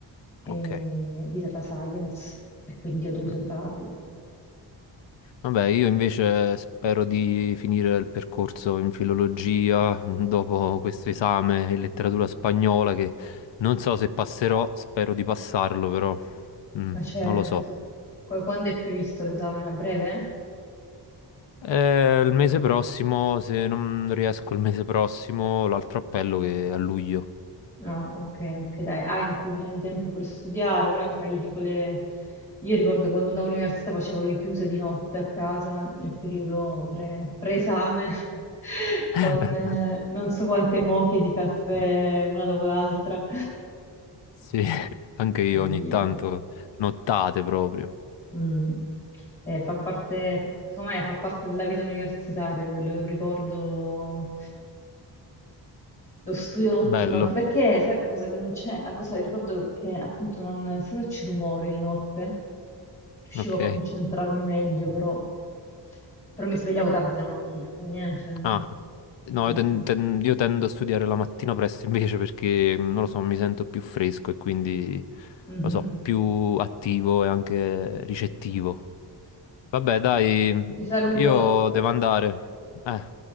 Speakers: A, on the left; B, on the left.
A: eh,
B: Ok.
A: di data science e quindi ho dovuto
B: Mm.
A: impararlo.
B: Vabbè, io invece spero di finire il percorso in filologia <laughs> mm, dopo questo esame in letteratura spagnola che non so se passerò, spero di passarlo, però mm,
A: Ma certo,
B: non lo so.
A: Qua- quando è previsto l'esame? A breve?
B: Eh, il mese prossimo, se non riesco il mese prossimo, l'altro appello che è a luglio.
A: Ah, ok, ok, dai, hai un pochino di tempo per studiare, ora che fai tipo le... Io ricordo quando andavo all'università facevo le chiuse di notte a casa, nel periodo pre- pre-esame, <laughs>
B: <laughs>
A: con eh, non so quante moche di caffè una dopo l'altra
B: Sì, anche io
A: e via.
B: ogni tanto, nottate proprio.
A: Mm. Eh, fa parte, fa- secondo me fa parte della vita universitaria, quello è un ricordo, lo studio notturno,
B: Bello,
A: anche perché, sai, cosa che non c'è, la cosa, ricordo che appunto non, essendoci rumori di notte, riuscivo
B: ok.
A: a concentrarmi meglio, però, però mi svegliavo tardi la mattina, poi, eh, cioè,
B: Ah, no,
A: mm,
B: io, ten- ten- io tendo a studiare la mattina presto invece perché, mm, non lo so, mi sento più fresco e quindi,
A: mhm.
B: lo so, più attivo e anche ricettivo. Vabbè, dai,
A: Ti saluto.
B: io devo andare. Eh.